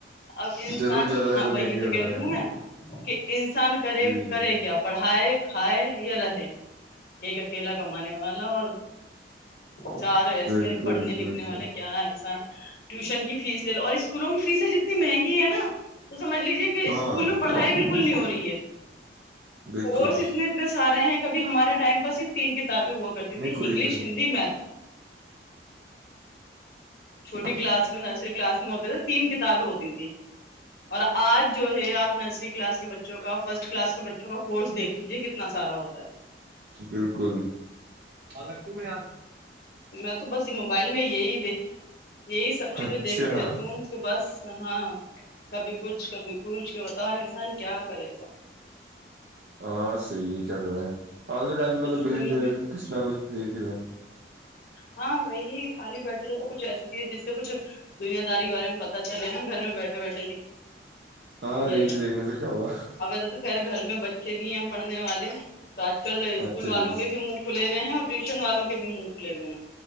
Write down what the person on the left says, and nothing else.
اب
انسان
ہاں
وہی
تو
کہہ رہی
ہوں میں کہ انسان کرے
کرے کیا پڑھائے کھائے یا رہے ایک اکیلا کاماننے والا اور چار ایسے
پڑھنے لکھنے
والے کیا ایسا ٹیوشن کی فیس لے لو اور اسکولوں کی فیس جتنی مہنگی ہے نا تو سمج لیجے کہ
اسکولوں پڑھائی بالکل نہیں ہو رہی ہے
کورس اتنے ا سارے ہیں کبھی ہمارے ٹائم پر صرف تین کتابیں ہوا کرتی تھی
انگلش
ہندی میتھ چھوٹی
کلاس میں نرسری کلاس میں ہوتے تھے تین کتابیں ہوتی تھیں اور آج جو ہے آپ نرسری کلاس کے بچوں کا فرسٹ کلاس کے بچوں کا کورس دیکھ لیجیے کتنا سارا ہوتا ہے
میں تو بس یہ موبائل میں یہی دیک یہی سب چیزیں
دیکھتی رہتی ہوں تو بس ہاں کبھی کچھ کبھی کچھ کیا ب تو انسان کیا کرے گا
اسکول
میں
ہاں وہی خالی بیٹھے تھے تو کچھ ایسی چیز جس سے کچھ دنیا داری کے بارے میں پتا چلے نا گھر میں بیٹھے ا بیٹ
کہ یہ
اب تو تو خیر گھر میں بچے بھی ہیں پڑھنے والے تو آج کل اسکول
والوں
کے بھی مف کھل ہوئے ہیں اور ٹیوشن والوں کے بھی منہ کھلے ہوئے ہیں